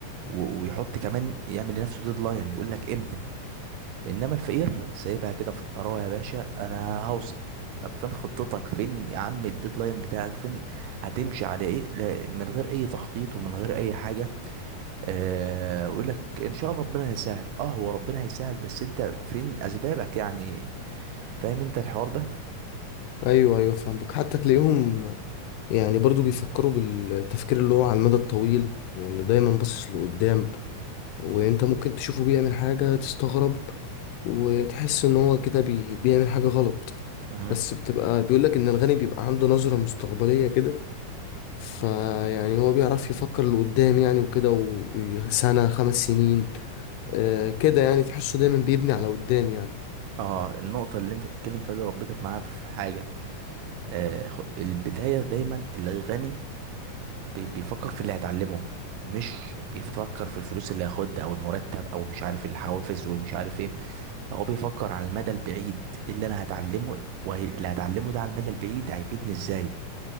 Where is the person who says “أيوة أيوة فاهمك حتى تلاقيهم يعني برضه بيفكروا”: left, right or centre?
Left